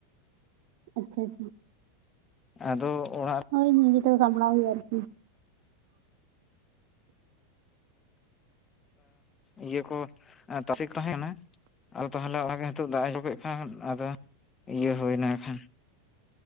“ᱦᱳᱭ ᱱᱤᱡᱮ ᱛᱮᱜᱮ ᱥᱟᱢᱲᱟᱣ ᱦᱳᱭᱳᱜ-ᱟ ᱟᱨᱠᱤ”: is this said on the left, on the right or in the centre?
Right